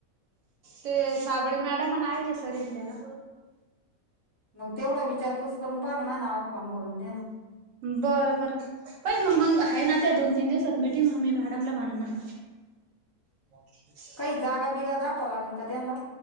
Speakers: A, on the right; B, on the left.
A: ते साबळे मॅडम अनं आहिरे सर ये ना त्याला
B: मगं तेवढं विचारपूस करून पाहा ना माआ नावावरं फॉर्म भरून द्याना.
A: बरं बरं पहिलं मंग मगं हाय ना त्या दोन तीन दिवसात मिटींग मगं मी मॅडमला म्हणन ना <unintelligible>
B: काही जागा बिगा दाखवाव लागन का त्यांला